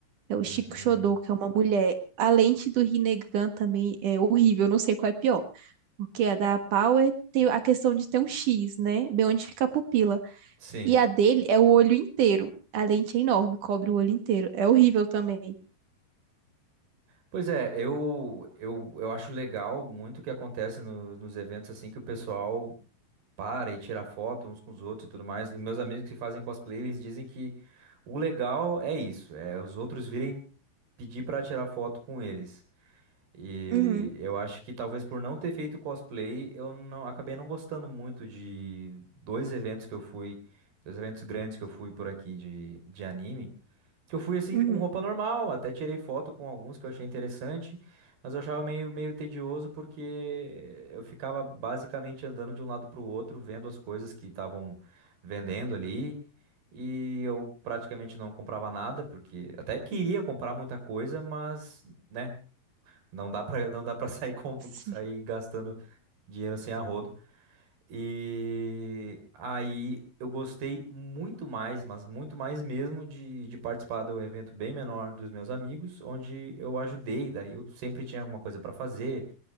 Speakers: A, on the right; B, on the right.
A: é o
B: Uhum.
A: Shiko Shodou, que é uma mulher. A lente do Rinnegan também é horrível, eu não sei qual é pior. Porque a da Power tem a questão de ter um X, né? Bem onde fica a pupila.
B: Sim.
A: E a dele é o olho inteiro. A lente é enorme, cobre o olho inteiro. É horrível também.
B: Pois é, eu, eu, eu acho legal muito o que acontece no- nos eventos assim que o pessoal para e tira foto uns com os outros e tudo mais. Os Meus amigos que fazem cosplay, eles dizem que o legal é isso, é os outros virem pedir pra tirar foto com eles. E
A: Uhum,
B: eu acho que talvez por não ter feito cosplay, eu não acabei não gostando muito de dois eventos que eu fui, dois eventos grandes que eu fui por aqui de, de anime, que eu fui assim
A: uhum,
B: com roupa normal, até tirei foto com alguns que eu achei interessante, mas eu achava meio, meio tedioso porque eu ficava basicamente andando de um lado para o outro, vendo as coisas que estavam vendendo ali. E eu praticamente não comprava nada, porque até queria comprar muita coisa, mas né? Não dá pra não dá para <laughs> sair, com-
A: Sim.
B: sair gastando dinheiro sem arrodo. E aí eu gostei muito mais, mas muito mais mesmo de, de participar do evento bem menor dos meus amigos, onde eu ajudei, daí eu sempre tinha alguma coisa pra fazer,